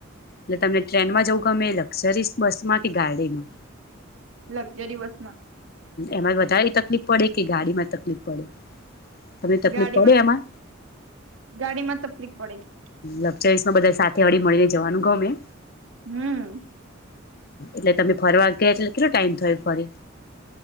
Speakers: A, on the left; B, on the right.
A: એટલે તમને ટ્રેનમાં જવું ગમે લક્ઝરીસ બસમાં કે ગાડીમાં.
B: જ દિવસ માં.
A: એમાં વધારે તકલીફ પડે કે ગાડી માં તકલીફ પડે. તમને તકલીફ
B: ગાડીમાં
A: પડે
B: તકલીફ
A: એમાં
B: ગાડીમાં તકલીફ પ ડે.
A: લક્સરી માં બધા સાથે હરિમરી જવાનું ગમે
B: હમ્મ.
A: હ એટ તમે ફરવા ગયા એટલે કેટલો ટાઈમ થયો. કરી